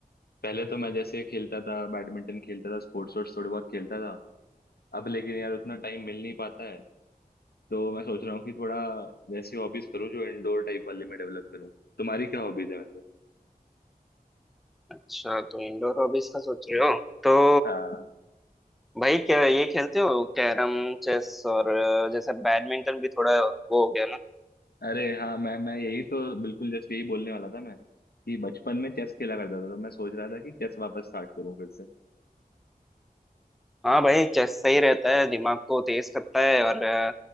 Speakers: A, on the left (about 85°); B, in the centre.
A: पहले तो मैं जैसे खेलता था बैडमिंटन खेलता था स्पोर्ट्स वोर्ट्स थोड़े बहुत खेलता था अब लेकिन यार उतना टाइम मिल नहीं पाता है तो मैं सोच रहा हूँ कि थोड़ा वैसी हॉबीज करूँ जो इंडोर टाइप वाली मैं डेवलप करूँ तुम्हारी क्या हॉबीज है वैसे
B: अच्छा तो इंडोर हॉबीज का सोच रहे हो तो
A: हाँ
B: भाई क्या ये खेलते हो कैरम चेस और अ, जैसे बैडमिंटन भी थोड़ा वो हो गया ना
A: अरे हाँ मैं मैं यही तो बिल्कुल जस्ट यही बोलने वाला था मैं कि बचपन में चेस खेला करता था तो मैं सोच रहा था कि चेस वापस स्टार्ट करूँ फिर से
B: हाँ भाई चेस सही रहता है दिमाग को तेज करता है और अ,